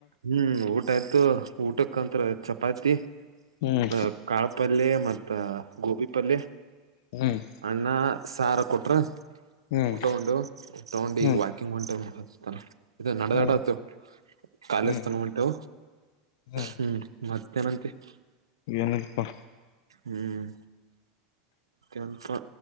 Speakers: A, on the right; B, on the left.
A: ಹ್ಮ್ ಊಟ ಆಯ್ತು! ಊಟಕ್ಕೆ, ಕಂಡ್ರೆ, ಚಪಾತಿ,
B: ಹ್ಮ್
A: ಹಾಕಾಧು! <inaudible> ಪಲ್ಯ, ಮತ್ತ ಗೋಬಿ ಪಲ್ಯ,
B: ಹ್ಮ್
A: ಅನ್ನ ಸಾರು, ಕೊಟ್ರ? <inaudible>
B: ಹ್ಮ್
A: ಊಟ ಉಂಡು, ಊಟ ಉಂಡು
B: ಹ್ಮ್
A: ಈಗ ವಾಕಿಂಗ್, ಹೊಂಟತಾನ? <inaudible> ಇದು ನಡೆದಾಡತು!
B: ಹ್ಮ್
A: ಕಾಲೇಜ್
B: ಹ್ಮ್
A: ತನ ವಾಂಟು?
B: ಹ್ಮ್
A: <inaudible> ಮತ್ತೆ ಏನಂತೆ? <inaudible>
B: ಏನಿಲ್ಲಪ್ಪಾ
A: ಹ್ಮ್, ಎಂತಾ,